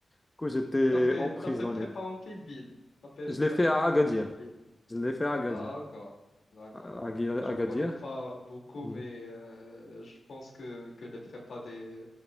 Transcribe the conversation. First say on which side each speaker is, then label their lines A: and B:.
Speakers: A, on the left (about 15°); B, on the left (about 70°).
A: Du coup, j'étais
B: T'as fait,
A: emprisonné.
B: t'as fait prépa en quelle ville? T'as fait,
A: Je l'ai
B: t'as
A: fait
B: fait
A: à
B: prépa
A: Agadir.
B: en quelle ville?
A: Je l'ai fait à Agadir.
B: D'accord, d'accord.
A: À- à Agui- Agadir.
B: J'en connais pas beaucoup,
A: Mhm.
B: mais euh, je pense que, que les prépas des,